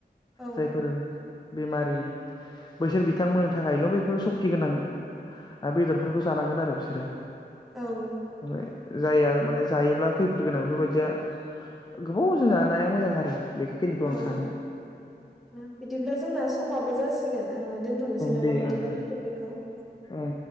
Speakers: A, in the centre; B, on the left.
A: औ
B: जायफोर। बेमारि बैसोर बिथांमोननि थाखायल' बेफोर सक्ति गोनां ओ बेदरफोरखौ जानांगोन आरो बिसोरो।
A: औ
B: ओमफ्राय। जायया माने जायोब्ला खैफोद गोनां बेफोरबायदिया गोबाव जों जानाया मोजां आरो। बेखिनिखौ
A: औ
B: आं सानो।
A: बिदिब्ला जोंना समाबो जासि गोन ओ दोनथ'नोसै नामा
B: दे
A: बिदिब्ला
B: ओं ओं
A: बे टपिकखौ।
B: औ